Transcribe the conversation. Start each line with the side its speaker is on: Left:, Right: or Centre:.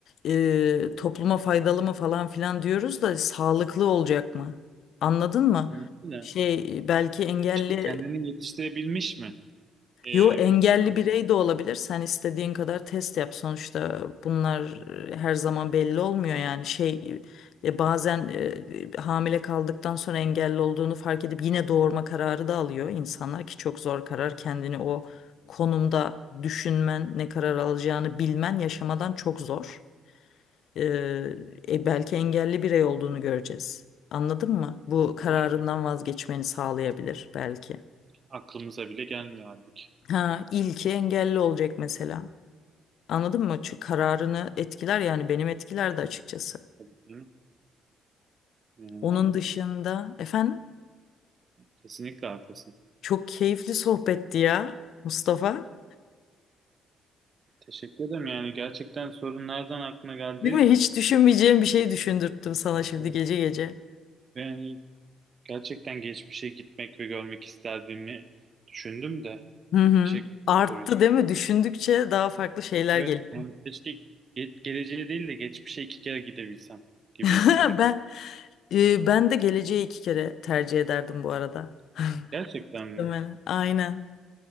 Left: Ee, topluma faydalı mı falan filan diyoruz da sağlıklı olacak mı? Anladın mı?
Right: Anladın mı?
Left: Şey belki engelli
Right: İşte kendini yetiştirebilmiş mi? Ee,
Left: Yo engelli
Right: bir anlamda.
Left: birey de olabilir. Sen istediğin kadar test yap. Sonuçta bunlar e, her zaman belli olmuyor yani. Şey e, bazen e, hamile kaldıktan sonra engelli olduğunu fark edip yine doğurma kararı da alıyor insanlar ki çok zor karar. Kendini o konumda düşünmen, ne karar alacağını bilmen yaşamadan çok zor. E, e, belki engelli birey olduğunu göreceğiz. Anladın mı? Bu
Right: Aynen
Left: kararından
Right: öyle.
Left: vazgeçmeni sağlayabilir belki.
Right: Aklımıza bile gelmiyor halbuki.
Left: Ha, ilki engelli olacak mesela. Anladın mı? Çünkü kararını etkiler yani benim etkiler de açıkçası.
Right: Tabii canım. Yani
Left: Onun
Right: haklısın.
Left: dışında efendim
Right: Kesinlikle haklısın.
Left: çok keyifli sohbetti ya Mustafa.
Right: Teşekkür ederim. Yani gerçekten sorun nereden aklına geldi?
Left: Değil mi? Hiç düşünmeyeceğim bir şey düşündürttüm sana şimdi
Right: Evet.
Left: gece gece.
Right: Ve Yani Gerçekten geçmişe gitmek ve görmek isterdiğimi düşündüm de.
Left: Hı
Right: Yani
Left: hı.
Right: teşekkür ederim
Left: Arttı
Right: soru için.
Left: değil mi? Düşündükçe daha farklı şeyler
Right: Evet,
Left: geliyor.
Right: yani keşke ge- geleceğe değil de geçmişe iki kere gidebilsem gibi
Left: <laughs>
Right: hissediyorum.
Left: Ben e, ben de geleceği iki kere tercih ederdim bu arada. <laughs>
Right: Gerçekten mi?
Left: Değil mi? Aynen.